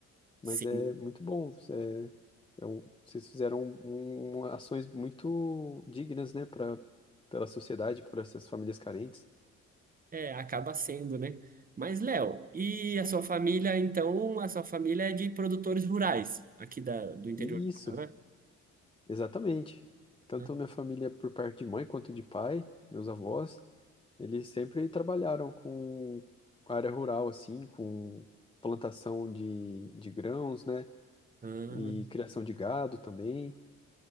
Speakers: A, on the left; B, on the right.
A: mas
B: Sim.
A: é muito bom. É, é um- vocês fizeram um- um- um, ações muito dignas, né, para pela sociedade, por essas famílias carentes.
B: É, acaba sendo, né? Mas, Léo, e a sua família, então, a sua família é de produtores rurais, aqui da, do interior
A: Isso,
B: do Paraná,
A: exatamente. Tanto
B: né?
A: minha família por parte de mãe quanto de pai, meus avós, eles sempre trabalharam com área rural, assim, com plantação de, de grãos, né?
B: Ah,
A: e criação de gado também.